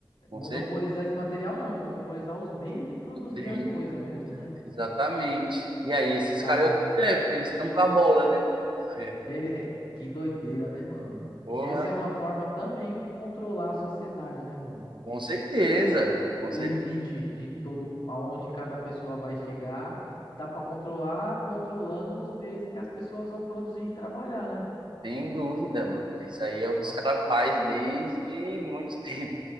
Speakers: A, on the right (about 65°); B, on the left (about 75°).
A: Com
B: Monopolizar
A: certeza.
B: esse material não, monopolizar os meios de produzir
A: Ex-
B: as coisas mesmo, né?
A: Exatamente. E aí, esses
B: Caraca.
A: caras, eu sei, né? porque eles estão com a bola, né? <laughs>
B: Ele... é, Que doideira, né, mano?
A: Porra,
B: Essa é uma forma também de controlar a sociedade, né, mano?
A: com certeza,
B: O,
A: com
B: o
A: certeza,
B: limite de todo, aonde cada pessoa vai chegar, dá pra controlar, controlando os meios que as pessoas vão produzir e trabalhar, né?
A: sem dúvida, mano. Isso aí é o que
B: Nossa,
A: os caras fazem desde muito <laughs> tempo.